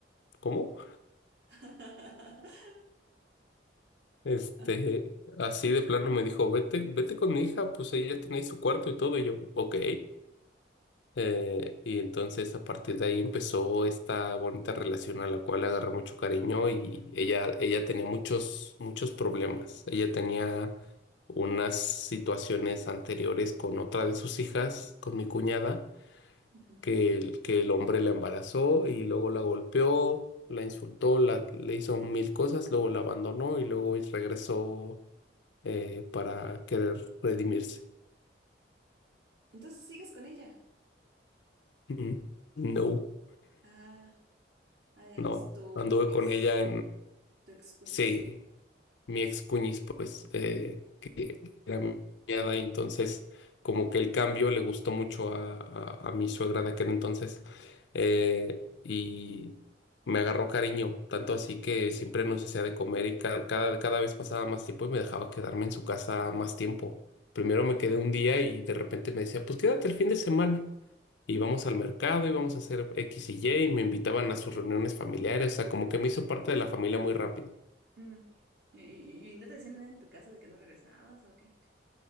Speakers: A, on the left; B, on the right.
A: ¿cómo?
B: <laughs>
A: Este,
B: Ah,
A: así de plano me dijo, vete, vete con mi hija, pues ella tiene ahí su cuarto y todo. Y yo, ok. Eh, y entonces a partir de ahí empezó esta bonita relación a la cual agarré mucho cariño y ella, ella tenía muchos, muchos problemas. Ella tenía unas situaciones anteriores con otra de sus hijas, con mi cuñada,
B: ujú.
A: que el, que el hombre la embarazó y luego la golpeó, la insultó, la, le hizo mil cosas, luego la abandonó y luego regresó eh, para querer redimirse.
B: Entonces sigues con ella.
A: <laughs> Mm, No,
B: Ah, ah, ya,
A: no,
B: entonces tu
A: anduve con
B: ex,
A: ella
B: tu ex cuñis.
A: Sí, mi ex cuñis, pues, eh, que era mi cuñada, y entonces, como que el cambio le gustó mucho a, a- a mi suegra de aquel entonces, eh, y me agarró cariño, tanto así que siempre nos hacía de comer y ca- cada, cada vez pasaba más tiempo y me dejaba quedarme en su casa más tiempo. Primero me quedé un día y de repente me decía, pues quédate el fin de semana. Íbamos al mercado, íbamos a hacer X y Y, y me invitaban a sus reuniones familiares, o sea, como que me hizo parte de la familia muy rápido.
B: Mm. ¿Y, y- y no te decían nada en tu casa de que no regresabas o qué?